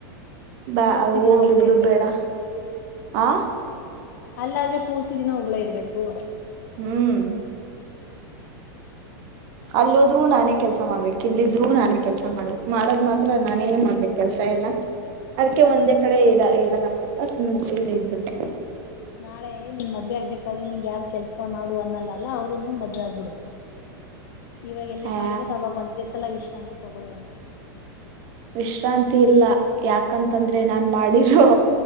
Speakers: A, on the right; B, on the left.
A: ಬಾ
B: ಪೂರ್ತಿ ದಿನ
A: ಹೋಗ್ಲಿ
B: ಒಬ್ಳೇ
A: ಬಿಡು
B: ಇರ್ಬೇಕು
A: ಬೇಡ ಆ.
B: ಅಲ್ಲಾದ್ರೆ ಪೂರ್ತಿ ದಿನ ಒಬ್ಳೆ ಇರ್ಬೇಕು.
A: ಹ್ಮ್. ಅಲ್ಲೋದ್ರೂ ನಾನೇ ಕೆಲ್ಸ ಮಾಡ್ಬೇಕು ಇಲ್ಲಿದ್ರೂ ನಾನೇ ಕೆಲ್ಸ ಮಾಡ್ಬೇಕು ಮಾಡದ್ ಮಾತ್ರ ನಾನೇ ಮಾಡ್ಬೇಕು ಕೆಲ್ಸ ಎಲ್ಲ ಅದಕ್ಕೆ ಒಂದೇ ಕಡೆ ಇರ ಇರ ಅಂತ ಸುಮ್ನೆ ಇಲ್ಲೆ ಇದ್ಬಿಟ್ಟೆ.
B: ನಾಳೆ ನೀನ್ ಮದ್ವೆ ಆಗ್ಬೇಕಾದ್ರೆ ನಿಂಗ ಯಾರ್ ಕೆಲ್ಸ ಮಾಡು ಅನ್ನಲ್ಲಲ್ಲ ಅವರು ನೋಡ್ ಮದ್ವೆ ಆಗ್ಬಿಡು. ಇವಾಗೆಲ್ಲ
A: ಆ
B: ಮಾಡಿರೋದು ಅವಾಗ ಒಂದೇ ಸಲ ವಿಶ್. ಆಂತಿ ತಗೊಳ್ಳುವಂತೆ.
A: ವಿಶ್ರಾಂತಿ ಇಲ್ಲ ಯಾಕಂತಂದ್ರೆ ನಾನ್ ಮಾಡಿರೋ